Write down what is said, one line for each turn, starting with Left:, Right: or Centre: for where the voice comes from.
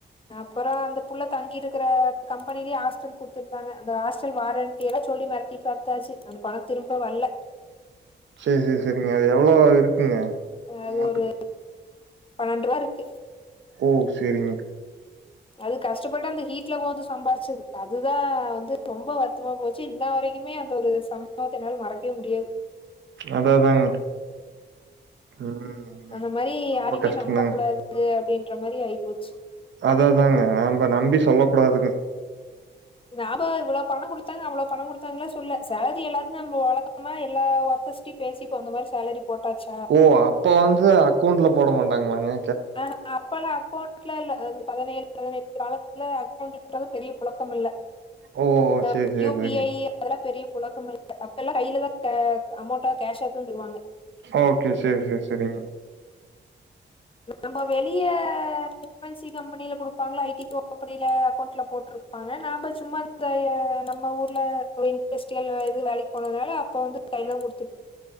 Left: அப்புறம் அந்த புள்ள தங்கிருக்கிற கம்பெனிலேயே ஹாஸ்டல் கொடுத்துருந்தாங்க அந்த ஹாஸ்டல் வாரண்ட் இப்படி எல்லாம் சொல்லி மிரட்டி பாத்தாச்சு அந்த பணம் திரும்ப வல்ல
Right: செரி செரி செரிங்க அது எவ்வளோவா இருக்கு ங்க அமோண்டு
Left: அது ஒரு பன்னெண்டு ரூபா இருக்கு
Right: ஓ செரிங்க
Left: அது கஷ்டப்பட்டு அந்த ஹீ்ட்ல போ வந்துச்சி சம்பாதிச்சது அதுதான் வந்து ரொம்ப வருத்தமா போச்சு இன்ன வரைக்கும் இனியுமே அந்த ஒரு சமவத்த மறக்க முடியாது
Right: அதா அதாங்க ம்
Left: அந்த மாதிரி
Right: ரொம்ப
Left: யாருமே
Right: கஷ்டந்தாங்க
Left: நம்ப கூடாது அப்படின் அன்ற மாதிரி ஆயி போச்சு
Right: அதாதாங்க நம்ம நம்பி சொல்ல கூடாதுங்க
Left: நாம இவ்வளோ பணம் கொடுத்தாங்க அவ்வளோ பணம் கொடுத்தாங்களா சொல்ல சலரி எல்லா நம்ம வழக்கமா எல்லா ஒர்க்கர்ஸ்ம் பேசிப்ப அந்த மாதிரி சேலரி போட்டாச்சா
Right: ஓ அப்ப வந்து அக்கௌண்ட்ல போட மாட்ட வாங்க வாங்க
Left: ஆஹ அப்பள அக்கௌண்டலல்லாம் பதினேழு பதினெட்டு காலத்துல அக்கவுண்ட்ன்றது பெரிய புழக்கம் இல்ல
Right: ஓ
Left: இந்த
Right: சேரி சேரி
Left: யூபிஐ
Right: சேரிங்க
Left: அதெல்லாம் பெரிய குழக்கமல்ல அப்ப எல கையில தான் அமௌண்டா கேஸ்ஷ தருவாங்க
Right: ஓகே சரி சரி சரிங்க
Left: நம்ம வெளிய எம்என்சி கம்பெனில கொடுப்பாங்க ஐடி த நீ அக்கௌண்ட்ல போட்டிரு இருப்பாங்க நாம சும்மா இந்த நம்ம ஊர்ல போய் பைஸ்ட்டு வேலைக்கு போனதுனால அப்ப வந்து பையம் கொடுத்து